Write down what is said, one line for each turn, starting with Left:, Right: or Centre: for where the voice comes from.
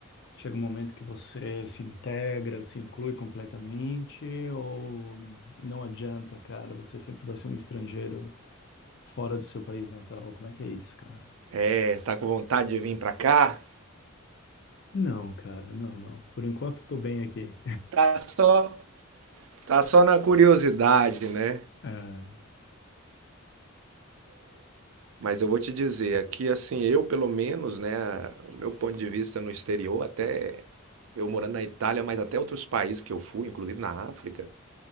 Left: Chega um momento que você se integra, se inclui completamente, ou não adianta, cara? Você sempre vai ser um estrangeiro fora do seu país natal. Como é que é isso, cara?
Right: É, tá com vontade de vir pra cá?
Left: Não, cara, não, não. Por enquanto, tô bem aqui.
Right: Tá só, tá só na curiosidade, né?
Left: <laughs>
Right: Mas eu vou te dizer, aqui assim, eu pelo menos, né, o meu ponto de vista no exterior, até eu morando na Itália, mas até outros países que eu fui, inclusive na África,